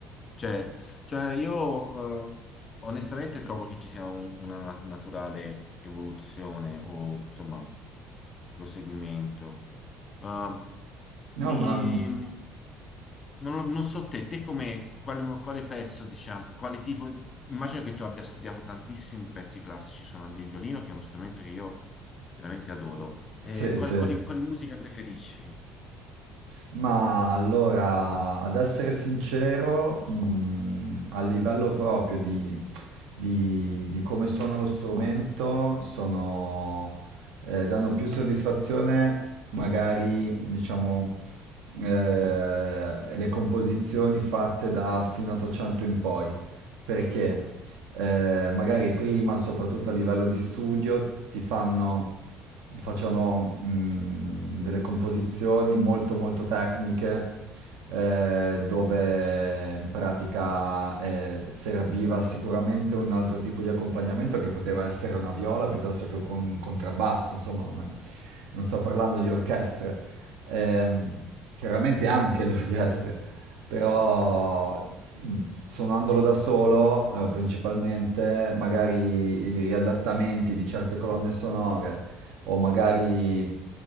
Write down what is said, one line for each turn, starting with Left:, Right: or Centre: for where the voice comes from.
Left: Cioè, cioè io eh, onestamente trovo che ci sia un- una naturale evoluzione o insomma proseguimento. Eh,
Right: No,
Left: mi,
Right: ma mm,
Left: non, non so te, te come quale, quale pezzo, diciamo, quale tipo, immagino che tu abbia studiato tantissimi pezzi classici suonando il violino, che è uno strumento che io veramente adoro. Eh,
Right: sì,
Left: quali,
Right: sì.
Left: quali- quali musica preferisci?
Right: Ma allora, ad essere sincero, mm, a livello proprio di di, di come suona lo strumento sono, eh, danno più soddisfazione, magari, diciamo, eh, le composizioni fatte da fino 800 in poi, perché eh, magari prima, soprattutto a livello di studio, ti fanno, facevano mh, delle composizioni molto molto tecniche eh, dove in pratica eh, serviva sicuramente un altro tipo di accompagnamento che poteva essere una viola piuttosto che con un contrabbasso, insomma, non, non sto parlando di orchestre, Ehm, chiaramente anche le orchestre, però mh, suonandolo da solo, eh, principalmente magari i riadattamenti di certe colonne sonore o magari